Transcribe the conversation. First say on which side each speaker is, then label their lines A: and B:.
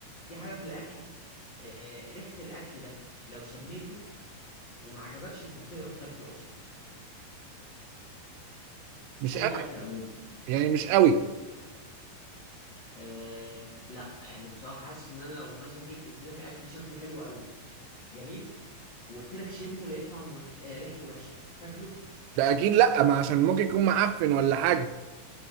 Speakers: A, on the left; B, on the right.
A: في حاجة في الأكل آه، ريحة الأكل ده لو شميته وما عجبكش أنت هتقرف تاكله أصلا
B: مش
A: أي
B: قوي
A: أكل عموما
B: يعني مش قوي
A: آه لا يعني بصراحة حاسس إن أنا لو مثلا جيت اديتك أكل شكله حلو قوي جميل وقلت لك شمه لقيت طعمه وحش آه ريحته وحشة هتاكله
B: ده اكيد لا ما عشان ممكن يكون معفن ولا حاجه